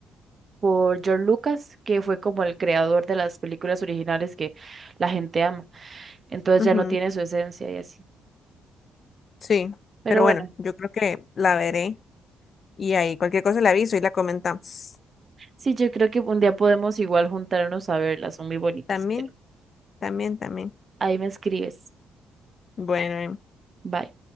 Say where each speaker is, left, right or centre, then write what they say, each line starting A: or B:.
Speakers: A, on the right; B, on the left.
A: por George Lucas, que fue como el creador de las películas originales que la gente ama. Entonces
B: ujú,
A: ya no tiene su esencia y así.
B: sí,
A: Pero
B: pero
A: bueno,
B: bueno, yo creo que la veré y ahí cualquier cosa le aviso y la comentamos.
A: sí, yo creo que un día podemos igual juntarnos a verlas, son muy bonitas,
B: También,
A: pero
B: también, también.
A: ahí me escribes.
B: Bueno.
A: Bye.